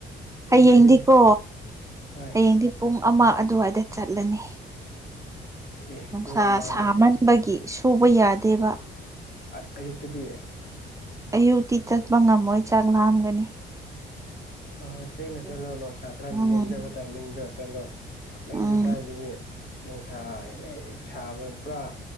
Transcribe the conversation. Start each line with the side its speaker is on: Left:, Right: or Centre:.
Right: ꯍꯌꯦꯡꯗꯤꯀꯣ
Left: ꯍꯌꯦꯡ ꯍꯣꯏ
Right: ꯍꯌꯦꯡꯗꯤ ꯄꯨꯡ ꯑꯃ ꯑꯗꯨꯋꯥꯏꯗ ꯆꯠꯂꯅꯤ꯫
Left: ꯑꯦ
Right: ꯅꯨꯡꯁꯥ
Left: ꯄꯨꯡ ꯑꯃ
Right: ꯁꯥꯃꯟꯕꯒꯤ ꯁꯨꯕ ꯌꯥꯗꯦꯕ꯫
Left: ꯑ ꯑꯌꯨꯛꯇꯗꯤ꯫
Right: ꯑꯌꯨꯛꯇꯤ ꯆꯠꯄ ꯉꯝꯃꯣꯏ ꯆꯥꯛ ꯂꯥꯝꯒꯅꯤ꯫
Left: ꯍꫭ ꯍꯣꯏ ꯊꯦꯡꯅ
Right: ꯑꯗꯨꯅꯤ
Left: ꯆꯠꯂꯣ ꯅꯨꯡꯁꯥ ꯈꯔ
Right: ꯎꯝ
Left: ꯅꯦꯝꯗꯕ ꯇꯥꯏꯃꯤꯡꯗꫭ ꯆꯠꯂꯣ꯫ ꯅꯪꯗꯤ
Right: ꯎꯝ
Left: ꯀꯥꯏꯗꯒꯤ ꯅꯨꯡꯁꯥ ꯍꯦꯛ ꯁꯥꯕ ꯄꯨꯔꯥ